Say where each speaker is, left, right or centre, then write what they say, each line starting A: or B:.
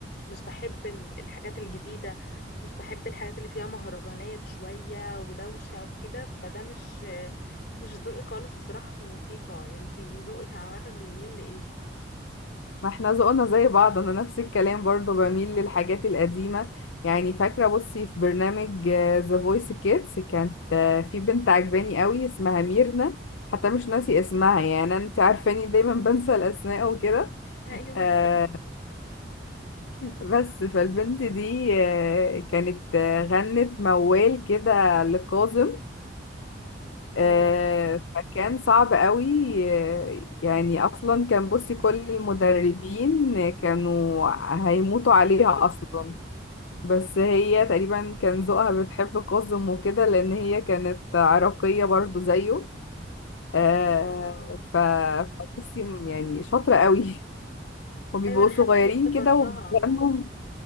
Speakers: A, on the left; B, on the left.
A: مش بحب ال- الحاجات الجديده مش بحب الحاجات اللي فيها مهرجانات شوية ودوشة وكده فده مش مش ذوقي خالص بصراحة في الموسيقى انتي ذوقك عامة بيميل لإيه
B: ما احنا ذوقنا زي بعض أنا نفس الكلام برضو بميل للحاجات القديمة يعني فاكرة بصي في برنامج ذا فويس كيدز كانت آه، في بنت عجباني قوي اسمها ميرنا حتى مش ناسي اسمها يعني أنا- أنت عارفاني دايما بنسى الأسماء وكده
A: ايوه
B: آه بس فالبنت دي آه كانت آه غنت موال كده لكاظم
A: امم
B: آه فكان صعب قوي آه يعني اصلا كان بصي كل المدربين كانوا هيموتوا عليها اصلا بس هي تقريبا كان ذوقها بتحب كاظم وكده لان هي كانت عراقية برضو زيه آه
A: اه
B: ف فبصي يعني شاطرة قوي <laughs> وبيبقوا
A: ايوه انا
B: صغيرين
A: حاسة اني افتكرتها
B: كده وبيغنوا